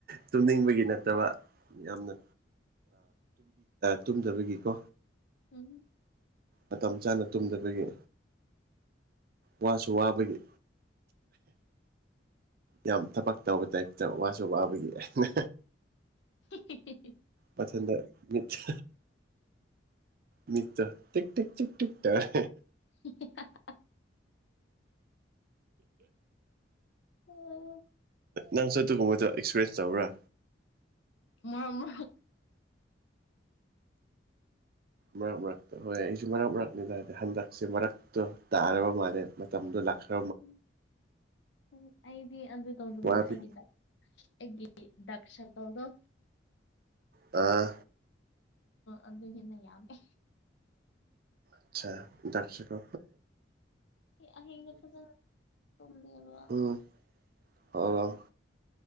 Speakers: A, on the right; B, on the left.
A: ꯇꯨꯝꯅꯤꯡꯕꯒꯤ ꯅꯠꯇꯕ ꯌꯥꯝꯅ ꯇꯨꯝꯗꯕꯒꯤꯀꯣ
B: ꯎꯝ
A: ꯃꯇꯝ ꯆꯥꯅ ꯇꯨꯝꯗꯕꯒꯤ ꯋꯥꯁꯨ ꯋꯥꯕꯒꯤ ꯌꯥꯝ ꯊꯕꯛ ꯇꯧꯕ ꯇꯥꯏꯞꯇ ꯋꯥꯁꯨ ꯋꯥꯕꯒꯤ ꯑꯩꯅ
B: <unintelligible>
A: ꯃꯊꯟꯗ ꯃꯤꯠꯇ ꯃꯤ ꯇ ꯇ ꯇꯔ
B: <unintelligible> ꯑꯣ
A: ꯅꯪꯁꯨ ꯑꯗꯨꯒꯨꯝꯕꯗꯣ ꯑꯦꯛꯁꯄꯤꯔꯦꯟꯁ ꯇꯧꯕꯔꯥ
B: ꯃꯥꯃ
A: ꯃꯔꯛ ꯃꯔꯛꯇ ꯍꯣꯏ ꯌꯥꯏ ꯑꯩꯁꯨ ꯃꯔꯛ ꯃꯔꯛꯅꯤ ꯇꯗꯤ ꯍꯟꯗꯛꯁꯦ ꯃꯔꯛꯇ ꯇꯥꯔꯕ ꯃꯥꯜꯂꯦ ꯃ ꯃꯇꯝꯗꯨ ꯂꯈ
B: ꯎꯝ ꯎꯝ ꯑꯩꯗꯤ ꯑꯗꯨ ꯇꯧ ꯑꯗꯨꯃꯤꯅ
A: ꯋꯥꯕꯤ
B: ꯑꯩꯒꯤꯗ ꯑꯩꯒꯤ ꯗꯁ ꯀꯥꯎ ꯑꯗꯨ
A: ꯑꯥ
B: ꯑꯗꯨ ꯍꯦꯟꯅ ꯌꯥꯝꯃꯦ
A: ꯑꯆꯥ ꯗꯥꯛꯁꯤ ꯀ
B: ꯑꯍꯤꯡꯗ ꯐꯖꯅ ꯇꯨꯝꯗꯕ
A: ꯎꯝ ꯑꯣ